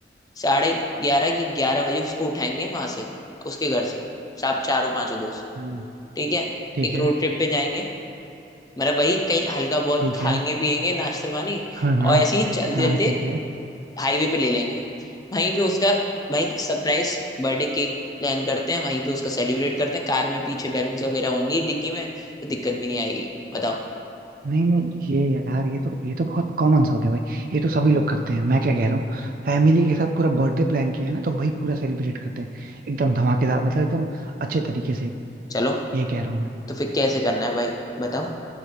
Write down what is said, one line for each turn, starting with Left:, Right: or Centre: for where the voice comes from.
Left: साढ़े ग्यारह की ग्यारह बजे उसको उठाएंगे वहां से उसके घर से सब चारों पांचों दोस्त
Right: हम्म।
Left: ठीक है
Right: ठीक
Left: एक
Right: है
Left: रोड ट्रिप पे जाएंगे मतलब वही कहीं हल्का बहुत
Right: ठीक
Left: खाएंगे
Right: है
Left: पिएंगे नाश्ता पानी
Right: हाँ हाँ
Left: और ऐसे ही चलते
Right: हाँ
Left: चलते
Right: हाँ, ठीक है
Left: हाईवे पे ले लेंगे वहीं पे उसका भाई सरप्राइज बर्थडे केक प्लान करते हैं वहीं पे उसका सेलिब्रेट करते हैं कार में पीछे बैलून्स वगैरह होंगी डिग्गी में तो दिक्कत भी नहीं आएगी बताओ
Right: नहीं नहीं ये यार ये तो ये तो बहुत कॉमन सा हो गया भाई ये तो सभी लोग करते हैं मैं क्या कह रहा हूँ फैमिली के साथ पूरा बर्थडे प्लान किया है ना तो वही पूरा सेलिब्रेट करते हैं एकदम धमाकेदार मतलब एकदम अच्छे तरीके से
Left: चलो
Right: ये कह रहा हूँ मैं
Left: तो फिर कैसे करना है भाई बताओ